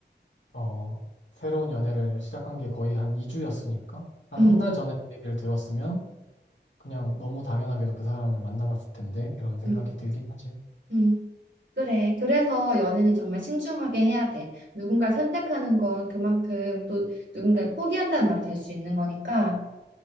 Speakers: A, on the left; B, on the right.
A: 어, 새로운 연애를 시작한 게 거의 한 2주였으니까 한
B: 음,
A: 한 달 전에 그 얘기를 들었으면 그냥 너무 당연하게도 그 사람을 만나봤을 텐데 이런 생각이
B: 음,
A: 들긴 하지.
B: 음. 그래. 그래서 연애는 정말 신중하게 해야 돼. 누군가를 선택하는 건 그만큼 또 누군가를 포기한다는 말이 될 수 있는 거니까